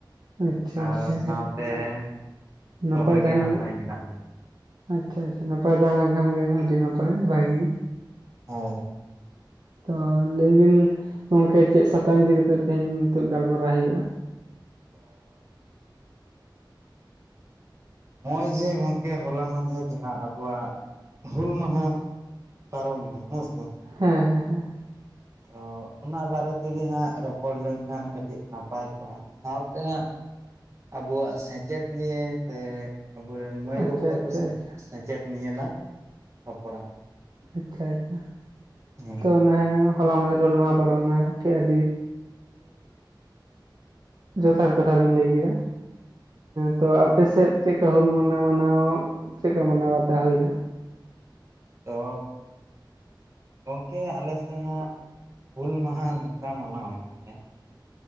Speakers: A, on the right (about 60°); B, on the right (about 35°).
A: ᱟᱪᱪᱷᱟ
B: ᱟᱨ
A: ᱟᱪᱪᱷᱟ
B: ᱥᱟᱶᱛᱮ ᱡᱚᱛᱚ
A: ᱱᱟᱯᱟᱭ
B: ᱦᱚᱲ ᱜᱮᱮ
A: ᱛᱟᱦᱮᱸ
B: ᱱᱟᱯᱟᱭ
A: ᱞᱮᱱ
B: ᱢᱮᱱᱟᱜ ᱞᱮᱭᱟ
A: ᱟᱪᱪᱷᱟ ᱟᱪᱪᱷᱟ ᱱᱟᱯᱟᱭ ᱛᱟᱦᱮᱸ ᱞᱮᱱ ᱠᱷᱟᱱ ᱜᱮ ᱟᱹᱰᱤ ᱱᱟᱯᱟᱭ ᱵᱷᱟᱜᱤ᱾
B: ᱦᱳᱭ
A: ᱛᱚ ᱞᱟᱹᱭᱵᱤᱱ ᱜᱚᱝᱠᱮ ᱪᱮᱫ ᱥᱟᱛᱟᱢ ᱤᱫᱤᱠᱟ ᱠᱟᱛᱮᱜ ᱛᱮᱦᱮᱧ, ᱱᱤᱛᱚᱜ ᱜᱟᱞᱢᱟᱨᱟᱣ ᱦᱩᱭᱩᱜᱼᱟ
B: <unintelligible> ᱱᱚᱜ ᱚᱭ ᱡᱮ ᱜᱚᱝᱠᱮ ᱦᱚᱞᱟ ᱢᱟᱫᱷᱮᱨ ᱡᱟᱦᱟᱸ ᱟᱵᱚᱣᱟᱜ ᱦᱩᱞ ᱢᱟᱦᱟ᱾ ᱯᱟᱨᱚᱢᱮᱱᱟ ᱦᱮᱸ ᱥᱮ
A: ᱦᱮᱸ ᱦᱮᱸ ᱦᱮᱸ
B: ᱛᱚ ᱚᱱᱟ ᱵᱟᱨᱮ ᱛᱮᱜᱮ ᱦᱟᱸᱜ ᱨᱚᱯᱚᱲ ᱞᱮᱱᱠᱷᱟᱱ ᱠᱟᱹᱴᱤᱡ ᱱᱟᱯᱟᱭ ᱠᱚᱜᱼᱟ ᱥᱟᱶᱛᱮ ᱦᱟᱸᱜ ᱟᱵᱚᱣᱟᱜ ᱥᱮᱪᱮᱫ ᱱᱤᱭᱮ ᱛᱮ ᱟᱵᱚᱨᱮᱱ ᱢᱟᱹᱭ
A: ᱟᱪᱪᱷᱟ
B: ᱵᱟᱹᱵᱩ ᱛᱟᱠᱚ
A: ᱟᱪᱪᱷᱟ ᱟᱪᱪᱷᱟ
B: ᱥᱮᱪᱮᱫ ᱱᱤᱭᱮ ᱞᱟᱝ ᱨᱚᱯᱚᱲᱟ
A: ᱟᱪᱪᱷᱟ ᱟᱪᱪᱷᱟ
B: ᱦᱮᱸ
A: ᱛᱚ ᱚᱱᱟ ᱦᱚᱞᱟ ᱢᱟᱫᱷᱮᱨ ᱦᱩᱞ ᱢᱟᱦᱟ ᱯᱟᱨᱚᱢ ᱱᱟ ᱴᱷᱮᱡ ᱟᱹᱰᱤ ᱡᱚᱛᱷᱟᱛ ᱠᱟᱛᱷᱟ ᱵᱤᱱ ᱞᱟᱹᱭ ᱠᱮᱫᱟ ᱛᱚ ᱟᱯᱮ ᱥᱮᱫ ᱪᱮᱫᱠᱟ ᱦᱩᱞ ᱢᱟᱱᱟᱣ ᱢᱟᱱᱟᱣ ᱪᱮᱫᱠᱟ ᱢᱟᱱᱟᱣ ᱵᱟᱛᱟᱣ ᱦᱩᱭᱱᱟ
B: ᱛᱚ ᱜᱚᱝᱠᱮ ᱟᱞᱮ ᱥᱮᱫ ᱦᱟᱸᱜ ᱦᱩᱞ ᱢᱟᱦᱟ ᱱᱚᱝᱠᱟ ᱢᱟᱱᱟᱣ ᱦᱩᱭᱩᱜ ᱜᱮᱭᱟ